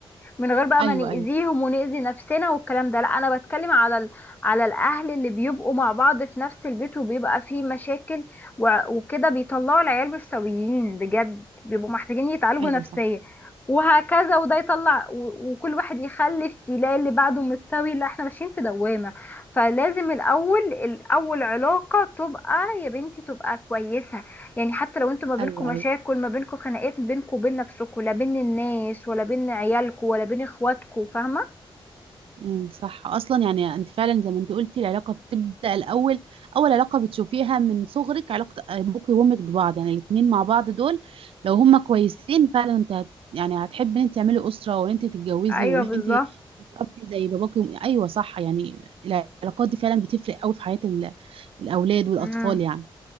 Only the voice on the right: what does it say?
ايوه
ايوه
ايوه
صح
ايوه
ايوه
امم صح اصلا يعني انت فعلا زي ما انت قلتي العلاقه بتبدا الاول اول علاقه بتشوفيها من صغرك علاقه ابوك وامك ببعض يعني الاثنين مع بعض دول لو هما كويسين فعلا انت هت يعني هتحبي ان انت تعملي اسره وان انت تتجوزي
وان
انت تربي زي باباك وأم- ايوه صح يعني العلاقات دي فعلا بتفرق قوي في حياه ال- الاولاد والاطفال
يعني